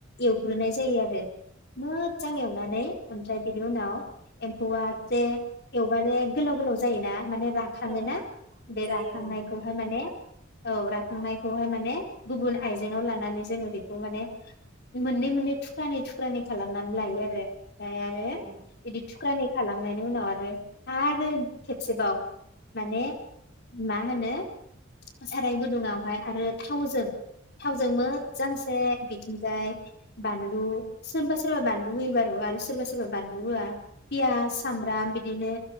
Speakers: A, on the left; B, on the right.
A: एवग्रोनाय जायो आरो। मोजां एवनानै ओमफ्राय बे उनाव एम्फौआ जे एवबानो गोलाव गोलाव जायो ना माने राखाङो
B: औ
A: ना बे
B: जायो
A: राखांनायखौहाय माने औ राखांनायखौहाय माने गुबुन आइजेंवाव लानानै जोङो बेखौ माने मोननै मोननै थुख्रानि थुख्रानि खालामनानै लायो आरो। आरो
B: औ
A: बिदि थुख्रानि खालामनायनि उनाव आरो आरो खेबसेबाव माने मा होनो साराय गुदुङावहाय आरो थावजों थावजों मोजांसे बिथिंजाय बानलु सोरबा सोरबा बानलु होयो बारु आरो सोरबा सोरबा बानलु होआ पियास सामब्राम बिदिनो